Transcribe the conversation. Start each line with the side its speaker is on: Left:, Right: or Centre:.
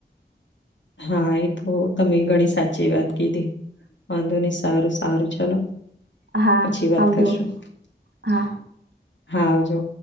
Left: હા એ તો તમે ઘણી સાચી વાત કીધી વાંધો નય સારું સારું ચલો
Right: હા
Left: પછી વાત
Right: આવજો
Left: કરશું.
Right: હા
Left: હા આવજો.